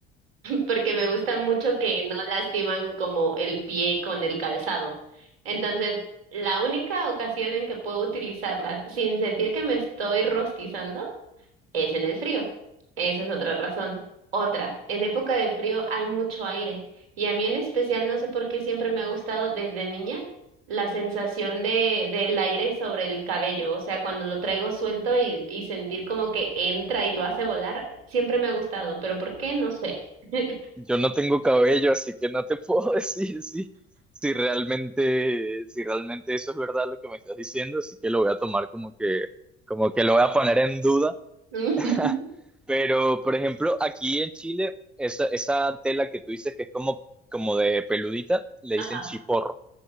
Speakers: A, on the right; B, in the centre.
A: porque me gusta mucho que no lastiman como el pie con el calzado. Entonces, la única ocasión en que puedo utilizarlas sin sentir que me estoy rostizando es en el frío. Esa es otra razón. Otra, en época de frío hay mucho aire y a mí en especial no sé por qué siempre me ha gustado desde niña la sensación de del aire sobre el cabello, o sea, cuando lo traigo suelto y, y sentir como que entra y lo hace volar, siempre me ha gustado, pero ¿por qué? No sé. <laughs>
B: Yo no tengo cabello, así que no te puedo <laughs> decir si, si realmente, si realmente eso es verdad lo que me estás diciendo, así que lo voy a tomar como que, como que lo voy a poner en duda.
A: <laughs>
B: <laughs> Pero, por ejemplo, aquí en Chile, esa, esa tela que tú dices que es como, como de peludita, le
A: Ajá,
B: dicen chiporro,